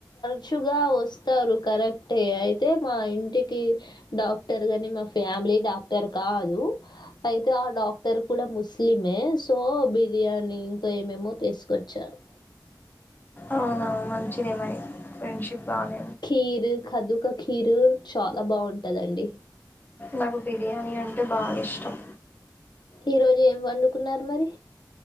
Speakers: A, on the left; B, on the left.
A: చ్చుగా వస్తారు కరెక్ట్ అయితే మా ఇంటికి డాక్టర్ గాని మా ఫ్యామి లి డాక్టర్ కాదు అయితే ఆ డాక్టర్ కూడా ముస్లిమే సో బిర్యాని ఇంకా ఏమేమో తీసుకొచ్చారు
B: అవునవును మంచిదేమని ఫ్రెండ్షిప్ బాగునే
A: కీరు కదుక కీరు చాలా బాగుంటదండి
B: నాకు బిర్యానీ అంటే బాగా ఇష్టం
A: ఈ రోజు ఏం వండుకున్నారు మరి